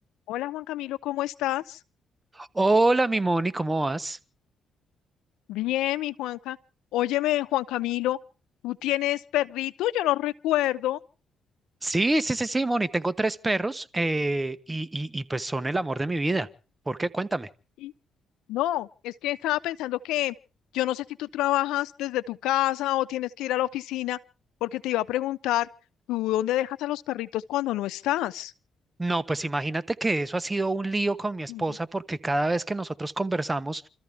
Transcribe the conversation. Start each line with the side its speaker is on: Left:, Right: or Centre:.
Left: Hola Juan Camilo, ¿cómo estás?
Right: Hola, mi Moni, ¿cómo vas?
Left: Bien, mi Juanca. Óyeme, Juan Camilo, ¿tú tienes perrito? Yo no recuerdo.
Right: Sí, sí, sí, sí, Moni, tengo tres perros eh, y, y, y pues son el amor de mi vida. ¿Por qué? Cuéntame.
Left: Y- No, es que estaba pensando que yo no sé si tú trabajas desde tu casa o tienes que ir a la oficina, porque te iba a preguntar, ¿tú dónde dejas a los perritos cuando no estás?
Right: No, pues imagínate que eso ha sido un lío con mi esposa
Left: Ujú.
Right: porque cada vez que nosotros conversamos,